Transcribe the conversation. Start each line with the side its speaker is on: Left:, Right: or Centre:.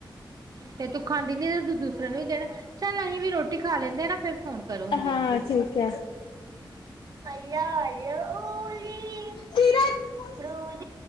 Right: ਤੇ ਤੂ ਖਾਂਦੀ ਨੀ ਤੁ ਦੂਸਰਿਆਂ ਨੂੰ ਵੀ ਦੇਣਾ ਚੱਲ ਅਹੀ ਵੀ ਰੋਟੀ ਖਾ ਲੈਂਦੇ ਨਾ ਫੇਰ ਫੋਨ ਕਰੂਗੀ
Left: ਹਾਂ ਠੀਕ
Right: <unintelligible> <unintelligible>
Left: ਆ